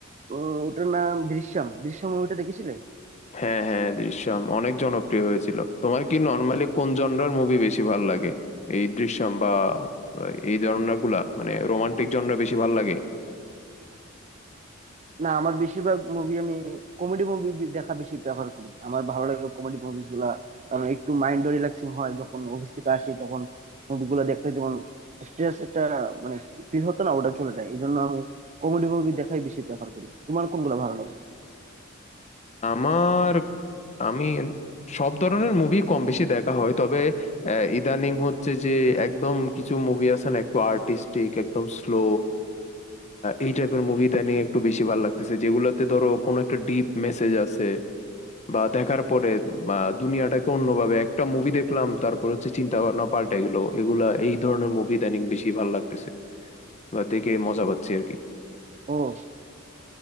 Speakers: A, on the right (about 35°); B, on the left (about 35°).
A: ও- ওটার নাম দৃশ্যম দৃশ্যম মুভিটা দেখেছিলে
B: হ্যাঁ হ্যাঁ দৃশ্যম অনেক জনপ্রিয় হয়েছিল তোমার কি নর্মালি কোন জনরার মুভি বেশি ভালো লাগে এই দৃশ্যম বা এই জনরা গুলা মানে রোমান্টিক জনরা বেশি ভালো লাগে
A: না আমার বেশিরভাগ মুভি আমি কমেডি মুভি দেখা বেশি প্রেফার করি আমার ভালো লাগে কমেডি মুভিস গুলা কারণ একটু মাইন্ড রিল্যাক্সিং হয় যখন অফিস থেকে আসি তখন মুভিগুলো দেখতে যেমন স্ট্রেস একটা মানে ফিল হতো না ওটা চলে যায় এই জন্য আমি কমেডি মুভি দেখাই বেশি প্রেফার করি তোমার কোনগুলো ভালো লাগে
B: আমার আমি সব ধরনের মুভি কম বেশি দেখা হয় তবে আহ, ইদানিং হচ্ছে যে একদম কিছু মুভি আছে না একটু আর্টিস্টিক একদম স্লো এই টাইপের মুভি ইদানিং একটু বেশি ভালো লাগতেছে যেগুলোতে ধরো কোনো একটা ডিপ মেসেজ আছে বা দেখার পরে বা দুনিয়াটাকে অন্যভাবে একটা মুভি দেখলাম তারপর হচ্ছে চিন্তা ভাবনা পাল্টে গেল এগুলা এই ধরনের মুভি ইদানিং বেশি ভালো লাগতেছে বা দেখে মজা পাচ্ছি আর কি
A: ও